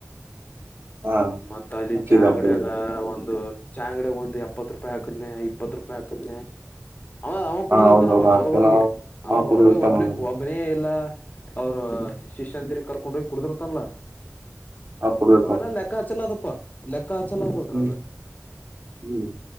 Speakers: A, on the right; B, on the left.
A: ಹಾ
B: ಮತ್ತ ಅಲ್ಲಿ
A: ಅಕ್ಕಿದ
B: ಚಂಗಡಾಗ
A: ಹಾ
B: ಒಂದು. ಚಾಯ್ ಅಂಗಡಿ ಹ ಒಂದು ಎಪ್ಪತ್ತು ರೂಪಾಯಿ ಹಾಕದ್ನೆ ಇಪ್ಪತ್ ರೂಪಾಯಿ ಹಾಕದನನೆ. ಅವ ಅವ ಕುಡಿದಿರ್ತಾನವ
A: ಹೌದ್ ಹೌದ್
B: ಹೊರಗ
A: ಆಗ್ತನ
B: ಹೋಗಿ. ಅವ
A: ಆ ಕುರಿ
B: ಹೊರಗೋಗಿ
A: ಇರ್ತಾನ
B: ಒಬ್ಬನ ಒಬ್ಬನ. ಇಲ್ಲ ಅವ್ರ ಶಿಷ್ಯಂದಿರಿ ಕರ್ಕೊಂಡ ಹೋಗಿ ಕುಡುದರ್ತಲ್ಲ
A: ಆ ಕುರಿ ಇರ್ತಾನ
B: ಅವೆಲ್ಲ ಲೆಕ್ಕಾಚಲ ಅದಪ್ಪ ಲೆಕ್ಕ ಹಚಲ ಅದುದ್ರಾಗ
A: ಹ್ಮ್ ಹ್ಮ್